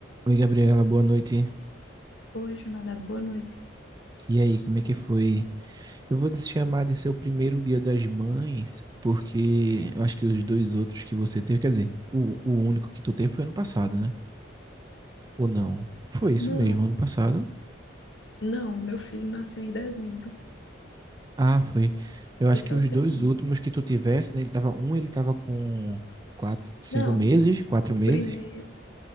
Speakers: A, on the right; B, on the left.
A: Oi, Gabriela, boa noite.
B: Oi, Jonadab, boa noite.
A: E aí, como é que foi? Eu vou te chamar de seu primeiro dia das mães, porque eu acho que os dois outros que você teve, quer dizer, o, o único que tu teve foi ano passado, né? Ou não? Foi isso
B: Não,
A: mesmo, ano passado?
B: não, meu filho nasceu em dezembro.
A: Ah, foi. Eu acho
B: Esse
A: que
B: é
A: os
B: o segundo.
A: dois últimos que tu tivesse, né? Ele tava, um ele tava com quatro, cinco
B: Não,
A: meses, quatro
B: o
A: meses,
B: primeiro.